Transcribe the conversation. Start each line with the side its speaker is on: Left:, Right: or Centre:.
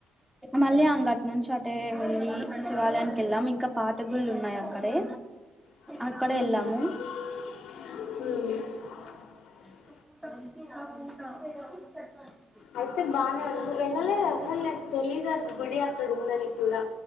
Centre: మళ్ళీ అంగటి నుంచి అటే వెళ్ళి శివాలయానికి ఎళ్ళాం ఇంకా పాత గుళ్ళు ఉన్నాయి అక్కడే
Left: హ్మ్
Centre: అక్కడే వెళ్ళాము <unintelligible>
Left: అయితే బానే ఉంది వెళ్ళలేదు అసలు నాకు తెలీదు అది గుడి అక్కడ ఉందని కూడా